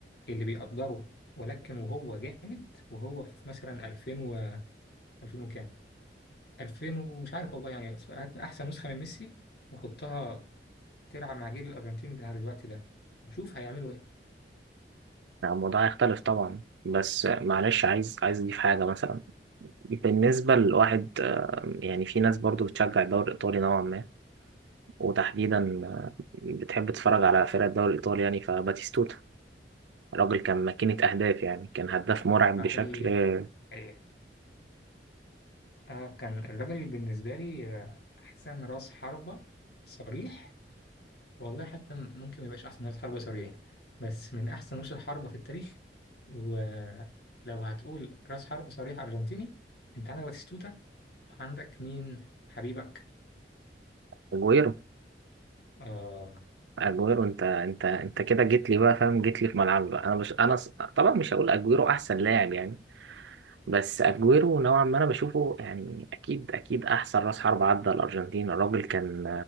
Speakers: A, on the left; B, on the right.
A: اللي بيقدره ولكن وهو جامد وهو في مثلا 2000 و 2000 وكام 2000 ومش عارف والله يعني بس هات احسن نسخه من ميسي وحطها تلعب مع جيل الارجنتين بتاع دلوقتي ده وشوف هيعملوا ايه
B: يعني الموضوع هيختلف طبعا بس آه، معلش عايز عايز اضيف حاجه مثلا بالنسبه لواحد آه، يعني في ناس برضو بتشجع الدوري الايطالي نوعا ما وتحديدا آه، بتحب تتفرج على فرق الدوري الايطالي يعني فباتيستوتا الراجل كان ماكينه اهداف يعني كان هداف مرعب
A: صحيح
B: بشكل آه،
A: صحيح آه كان الراجل بالنسبه لي آه، احسن راس حربه صريح والله حتى ممكن ما يبقاش احسن رأس حربة صريح بس من احسن رؤوس الحربة في التاريخ ولو هتقول رأس حربة صريح ارجنتيني انت عندك باتيستوتا وعندك مين حبيبك
B: اجويرو
A: اه
B: اجويرو انت انت انت كده جيت لي بقى فاهم جيت لي في ملعبي بقى انا مش انا ص- طبعا مش هقول اجويرو احسن لاعب يعني بس اجويرو نوعا ما انا بشوفه يعني اكيد اكيد احسن راس حرب عدى الارجنتين الراجل كان